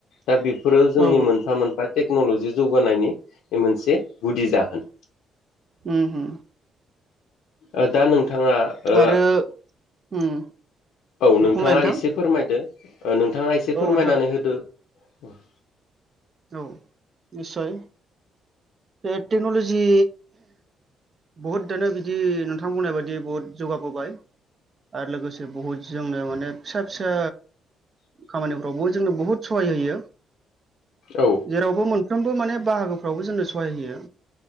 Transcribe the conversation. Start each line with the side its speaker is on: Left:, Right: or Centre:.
Left: दा बेफोरो जोंनि
Right: औ
Left: मोनफा मोनफा टेक्नल'जि जौगानायनि बे मोनसे गुदि जाहोन।
Right: उम हो।
Left: ओ दा नोंथाङा ओ
Right: आरो उम
Left: औ नोंथाङा
Right: बुंलाय नोंथां
Left: एसे फोरमायदो ओ नोंथाङा एसे
Right: औ
Left: फोरमायनानै
Right: नोंथां
Left: होदो। उम
Right: औ निसय बे टेक्न'लजि बहुद दानो बिदि नोंथां बुंनाय बायदि बुहुद जौगाबोबाय। आरो लोगोसे बहुद जोंनो माने फिसा फिसा खामानिफ्रावबो जोंनो बुहुद सहाय होयो
Left: औ
Right: जेरावबो मोन फ्रोमबो माने बाहागोफ्रावबो जोंनो सहाय होयो